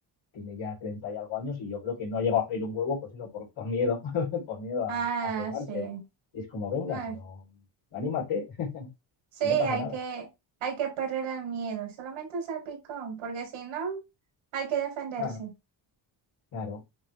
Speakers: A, on the left; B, on the right.
A: tiene ya 30 y algo años y yo creo que no ha llegado a freír un huevo, pues eso, por, por miedo, <laughs> por miedo a,
B: Ah,
A: a quemarse.
B: sí.
A: Y es como, venga,
B: No, es-
A: pero anímate, <laughs>
B: sí,
A: y
B: hay
A: no pasa nada.
B: que, hay que perder el miedo, solamente un salpicón, porque si no, hay que defenderse.
A: Claro. Claro.